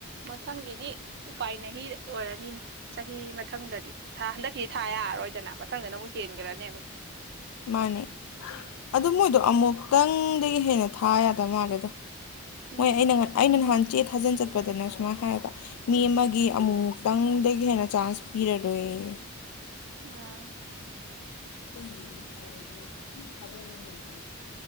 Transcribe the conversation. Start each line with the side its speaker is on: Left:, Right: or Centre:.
Right: ꯃꯊꯪꯒꯤꯗꯤ ꯎꯄꯥꯏ ꯅꯍꯤ ꯂꯣꯏꯔꯅꯤꯅꯦ ꯆꯍꯤ ꯃꯊꯪꯗꯗꯤ ꯊꯥ ꯍꯟꯗꯛ ꯁꯤ ꯊꯥ ꯌꯥꯔꯔꯣꯏꯗꯅ ꯃꯊꯪꯗꯅ ꯑꯃꯨꯛ ꯍꯦꯟꯈ꯭ꯔꯅꯦꯕ
Left: ꯃꯥꯅꯦ ꯑꯗꯨ ꯃꯣꯏꯗꯣ ꯑꯃꯨꯛꯇꯪꯗꯒꯤ ꯍꯦꯟꯅ ꯊꯥ ꯌꯥꯗꯕ ꯃꯥꯜꯂꯦꯗ
Right: ꯎꯝ
Left: ꯍꯣꯏ ꯑꯩꯅ ꯑꯩꯅ ꯅꯍꯥꯟ ꯆꯦ ꯊꯥꯖꯤꯟ ꯆꯠꯄ ꯄꯗꯅꯦ ꯁꯨꯃꯥꯏ ꯍꯥꯏꯌꯦꯕ ꯃꯤ ꯑꯃꯒꯤ ꯑꯃꯨꯃꯨꯛꯇꯪꯗꯒꯤ ꯍꯦꯟꯅ ꯆꯥꯟꯁ ꯄꯤꯔꯔꯣꯏꯌꯦ
Right: ꯎꯝ
Left: <unintelligible>